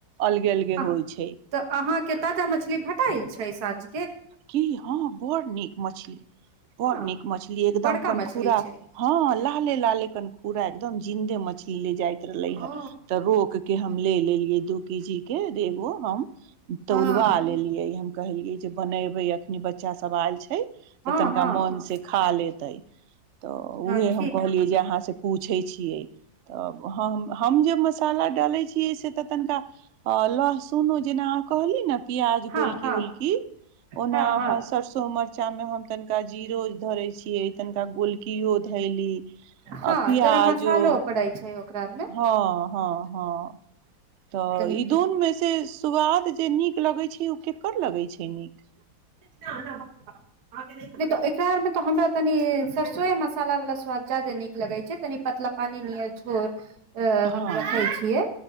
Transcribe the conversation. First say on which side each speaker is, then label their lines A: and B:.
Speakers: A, on the right; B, on the right.
A: अलगे अलगे
B: अह
A: होइ छै
B: तऽ अहाँ के ताजा मछली भेटै छै साँझ
A: की हँ बड़ नीक मछली बड़
B: हँ
A: नीक मछली एकदम
B: बड़का
A: कनखुरा
B: मछली छै
A: हँ ला लाले लाले कनखूरा एकदम जिंन्दे मछली ले जाय र ल है
B: ओ
A: तऽ रोक के हम ले लेलियै दू केजी के एगो हम तौलबा
B: हँ
A: लेलियै हम कहलियै जे नहि एबै अखनी बच्चा सब आयल छै तऽ
B: हँ
A: तनिका
B: हँ
A: मोन
B: हँ
A: से खा लेतै तऽ
B: हँ
A: उह
B: ठीक
A: हम कहलियै जे अहाँ से पूछै छी <inaudible> तऽ हम हम जे मसाला डालैत छियै से तऽ तनिका लहसुनो जेना अहाँ कहलियी ने प्याज
B: हँ
A: गोलकी
B: हँ
A: गोलकी ओना
B: हँ हँ
A: सरसो म जाबे हम तनिका जीरो धरे छियै तनिका गोल कियो धैली
B: हँ
A: आ पियाजो
B: गरम मसालो पड़ै छै ओकरा आरमे
A: हँ हँ हँ तऽ
B: तनि
A: इ
B: पी
A: दुन मे से स्वाद जे नीक लगै छै ओ केकर लगै छै नीक
B: ना ना नहि तऽ एकरा आरमे तऽ हमरा तनी सरिसोए मसाला वालला स्वाद जा्यादे नीक लगैत छै तनी पतला पानि नियर झोर अ
A: हँ
B: हम रखै छियै